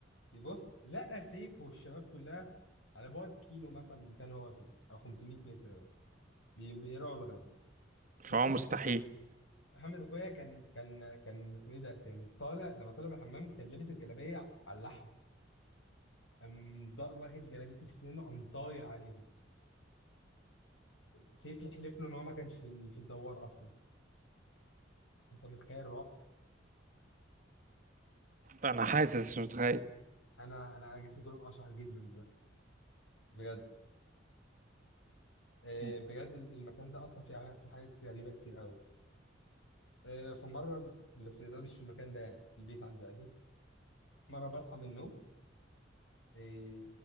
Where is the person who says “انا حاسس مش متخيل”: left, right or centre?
Right